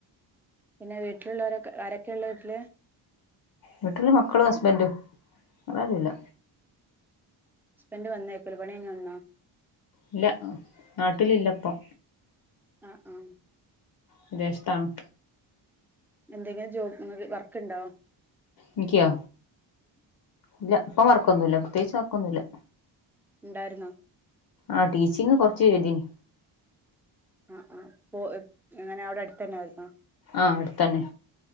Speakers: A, in the centre; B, on the left.
A: പിന്നെ വീട്ടിലുള്ളോരൊക്കെ ആരെക്കെള്ളെ വീട്ടില്?
B: വീട്ടില് മക്കളും ഹസ്ബൻഡും വേറാരൂല്ല.
A: ഹസ്ബെൻ്റ്ഡ് വന്നേക്ക്ല് പണ്യഴ്ഞ്ഞ് വന്നോ?
B: ഇല്ല നാട്ടിലില്ലപ്പൊ.
A: ആഹ് ആഹ്
B: വിദേശത്താണ്.
A: എന്തെങ്കിലും ജോബ് ഇങ്ങക്ക് വർക്ക്ണ്ടോ?
B: ഇൻക്ക്യോ ഇല്ല ഇപ്പം വർക്കൊന്നുല്ല പ്രത്യേകിച്ച് വർക്കൊന്നുല്ല.
A: ഉണ്ടായിര്ന്നോ?
B: ആഹ് ടീച്ചിങ് കൊർച്ച് ചെയ്തീനി.
A: ആഹ് ആഹ് പോ എഹ് അങ്ങനെ അവടെ അട്ത്തെന്നെയായിരുന്നോ?
B: ആഹ് അട്ത്തെന്നെ